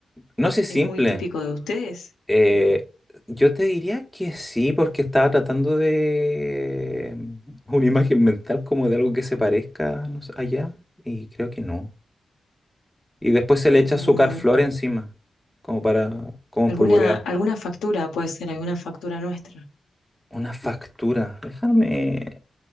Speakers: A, in the centre; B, on the left.
A: No sé, simple.
B: es muy típico de ustedes,
A: Eh,
B: ¿no?
A: yo te diría que sí, porque estaba tratando de mm, una imagen mental como de algo que se parezca, no sé, allá, y creo que no. Y después se
B: Mm,
A: le echa azúcar flor encima, como para, como
B: alguna,
A: espolvoreado.
B: alguna factura puede ser, alguna factura nuestra.
A: Una factura. Déjame.